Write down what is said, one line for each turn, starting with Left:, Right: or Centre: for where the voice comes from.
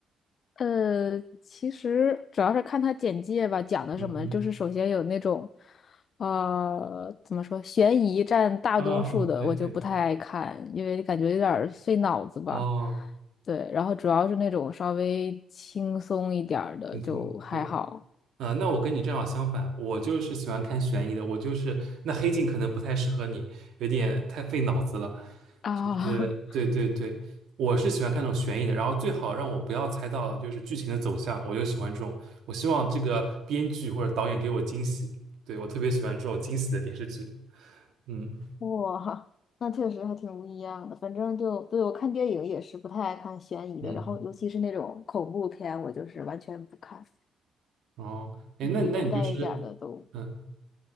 Left: 呃，其实主要是看他简介吧，讲的什么，
Right: 嗯嗯。
Left: 就是首先有那种，呃，怎么说，悬疑占大多数的，
Right: 啊对对对，
Left: 我就不太爱看，因为感觉有点儿费脑子吧。
Right: 哦，
Left: 对，然后主要是那种稍微轻松一点儿的就还好
Right: 轻松，对，嗯那我跟你正好相反，我就是喜欢看悬疑的，我就是那黑镜可能不太适合你，有点太费脑子了，
Left: 啊。
Right: 就是对对对，
Left: <laughs>
Right: 我是喜欢看那种悬疑的，然后最好让我不要猜到就是剧情的走向，我就喜欢这种，我希望这个编剧或者导演给我惊喜，对，我特别喜欢这种惊喜的电视剧，嗯
Left: 哇，那确实还挺不一样的。反正就，对，我看电影也是不太爱看悬疑的，
Right: 嗯，
Left: 然后尤其是那种恐怖片，我就是完全不看，
Right: 哦，哎，
Left: 里面带一点儿的都。
Right: 那那你就是，嗯。